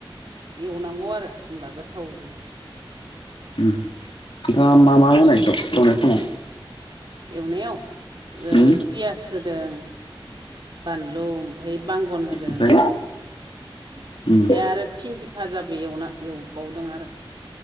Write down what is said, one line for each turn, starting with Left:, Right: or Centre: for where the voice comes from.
Right: एवनांगौ आरो होमबा गोथाव जायो
Left: नोंथाङा मा मा होनायथ' एवनाय समाव
Right: एवनायाव
Left: उम
Right: पियास होदों बानलु ओमफ्राय बांगन होदों
Left: ओमफ्राय
Right: ओमफ्राय
Left: उम
Right: आरो फिनदिफाजाबो एवना एवबावदों आरो